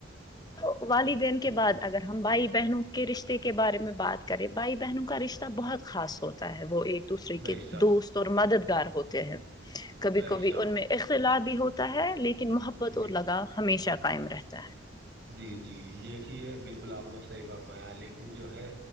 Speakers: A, on the left (about 20°); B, on the right (about 60°).
A: تو والددین کے
B: جی
A: بعد اگر ہم بھائی بہنوں کے رشتے کے بارے میں بات کریں بھائی بہنوں کا رشتہ بہت خاص ہوتا ہے وہ ایک دوسرے
B: بے
A: کے
B: شک
A: دوست اور مددگار ہوتے ہیں کبھی
B: بے
A: کبھی
B: شک
A: ان میں اختلاف بھی ہوتا ہے لیکن محبت
B: جی
A: اور لگاؤ ہمیشہ قائم رہتا ہے
B: جی جی دیک ہی ہے بالکل آپ نے صحیح فرمایا ہے لیکن جو ہے